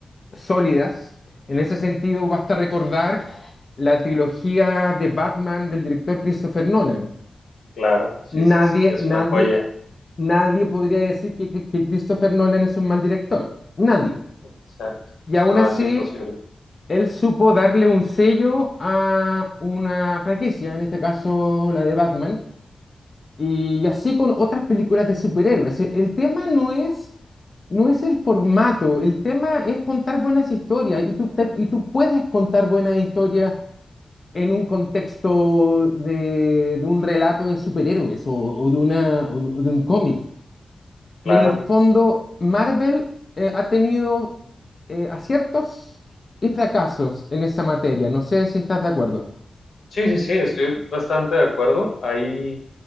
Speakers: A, on the left; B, on the left.
A: sólidas. En ese sentido, basta recordar la trilogía de Batman del director Christopher Nolan.
B: claro, sí,
A: Nadie,
B: sí, sí, que es
A: nadie,
B: una joya.
A: nadie podría decir que, que- que Christopher Nolan es un mal director. Nadie.
B: Exacto.
A: Y aún
B: No,
A: así,
B: es imposible.
A: él supo darle un sello a una franquicia, en este caso la de Batman, y así con otras películas de superhéroes. Es decir, El tema no es No es el formato, el tema es contar buenas historias y tú, te- y tú puedes contar buenas historias en un contexto de, de un relato de superhéroes o, o de una, o- o de un cómic.
B: Claro.
A: Y en el fondo, Marvel eh, ha tenido eh, aciertos y fracasos en esa materia. No sé si estás de acuerdo.
B: Sí, sí, sí, estoy bastante de acuerdo. Ahí